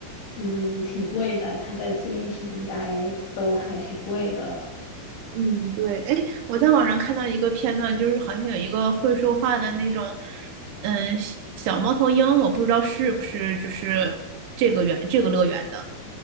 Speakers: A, on the left; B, on the right.
A: 嗯，挺贵的，它的纪念品应该都还挺贵的。
B: 嗯，对，哎，我在网上看到一个片段，就是好像有一个会说话的那种，嗯，小猫头鹰，我不知道是不是就是这个园这个乐园的。